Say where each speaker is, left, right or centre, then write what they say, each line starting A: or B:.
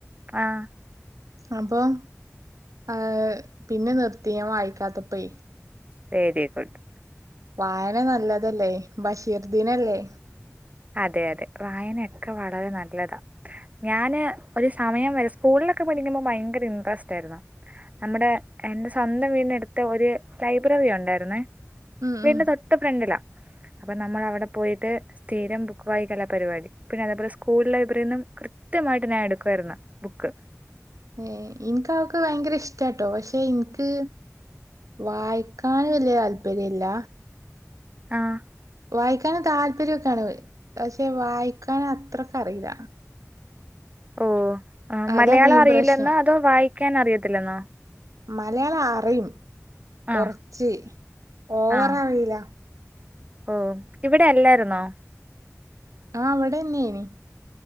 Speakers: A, on the right; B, on the right.
A: ആഹ്
B: അപ്പൊ ഹ പിന്നെ നിർത്തി ഞാൻ വായിക്കാത്തപോ
A: വേരികുട്ട്
B: വായന നല്ലതല്ലേ ബഷീർദിനല്ലേ
A: അതെ അതെ വായനയൊക്കെ വളരെ നല്ലതാണ് ഞാന് ഒരു സമയം വരെ സ്കൂളിലൊക്കെ പഠിക്കുമ്പോ ഭയങ്കര ഇന്ട്രസ്റ്റ് ആയിരുന്നു നമ്മുടെ എന്റെ സ്വന്തം വീടിനടുത്ത് ഒരു ലൈബ്രറി ഉണ്ടായിരുന്നേ
B: ഉം
A: വീടിന്റ
B: ഉം
A: തൊട്ട ഫ്രണ്ടില അപ്പൊ നമ്മൾ അവിടെ പോയിട്ട് തീരം ബുക്ക് വായികലാപരിപാടി പിന്നെ അതേപോലെ സ്കൂൾ ലൈബ്രറിൽ നിന്നും കൃത്യമായിട്ട് ഞാൻ എടുക്കയിരുന്ന ബുക്ക്
B: ഏ ഇനിക്ക് അവക്ക് ഭയങ്കര ഇഷ്ട്ടോ പക്ഷെ ഇൻക്ക് വായിക്കാൻ വലിയ താല്പര്യല്ല
A: ആഹ്
B: വായിക്കൻ താല്പര്യക്കെണ് പക്ഷെ വായിക്കാൻ അത്രക്കെ അറില്ല
A: ഓ ആ
B: അതാ
A: മലയാളം
B: മെയിൻ
A: അറിയില്ലെന്നോ
B: പ്രശ്നം
A: അതോ വായിക്കാൻ അറിയത്തില്ലെന്നോ
B: മലയാളം അറിയും കൊറച്ച്
A: ആഹ്
B: ഓവർ
A: ആഹ്
B: അറില്ല
A: ഓ ഇവിടെ അല്ലായിരുന്നോ
B: ആഹ് ഇവിടെന്നെനി